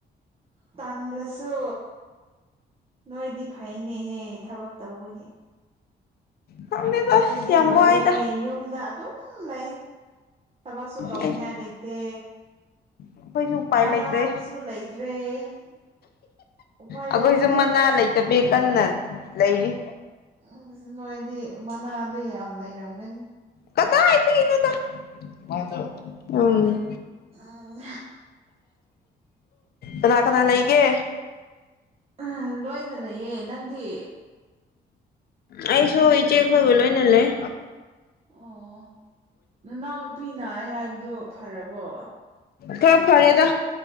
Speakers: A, on the right; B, on the left.
A: ꯇꯟꯂꯁꯨ ꯅꯣꯏꯗꯤ ꯐꯩꯅꯦꯍꯦ ꯊꯕꯛ ꯇꯧꯕꯒꯤ
B: ꯈꯪꯗꯦꯗ
A: ꯑꯩꯈꯣꯏꯗꯤ
B: ꯑꯁ ꯌꯥꯝ
A: ꯂꯣꯏꯔꯦ
B: ꯋꯥꯏꯗ
A: ꯌꯨꯝꯗ ꯑꯗꯨꯝ ꯁꯝ ꯂꯩ ꯊꯕꯛꯁꯨ ꯇꯧꯅꯤꯡꯉꯥꯏ
B: ꯑꯩꯁ
A: ꯂꯩꯇꯦ
B: ꯑꯩꯈꯣꯏꯁꯨ ꯎꯄꯥꯏ
A: ꯃꯅꯥꯗꯨꯁꯨ
B: ꯂꯩꯇꯩ
A: ꯂꯩꯇ꯭ꯔꯦ ꯎꯄꯥꯏ
B: ꯑꯩꯈꯣꯏꯖꯨ
A: ꯂꯩꯇꯦ
B: ꯃꯅꯥ ꯂꯩꯇꯕꯤꯒꯤ ꯀꯟꯅ ꯂꯩꯔꯤ
A: ꯎꯝ ꯁꯤ ꯅꯣꯏꯗꯤ ꯃꯅꯥꯗꯣ ꯌꯥꯝ ꯂꯩꯔꯝꯒꯅꯤ
B: ꯀꯗꯥꯏꯗꯒꯤꯅꯣꯗ ꯃꯥꯗꯣ ꯎꯝ
A: ꯎꯝ
B: ꯀꯅꯥ ꯀꯅꯥ ꯂꯩꯒꯦ
A: ꯑꯥ ꯂꯣꯏꯅ ꯂꯩꯌꯦ ꯅꯪꯗꯤ
B: ꯑꯩꯁꯨ ꯏꯆꯦ ꯈꯣꯏꯒ ꯂꯣꯏꯅ ꯂꯩ
A: ꯑꯣ ꯅꯅꯥꯎ ꯅꯨꯄꯤ ꯅꯥꯏ ꯍꯥꯏꯕꯗꯨ ꯐꯔꯕꯣ
B: ꯈꯔ ꯐꯔꯦꯗ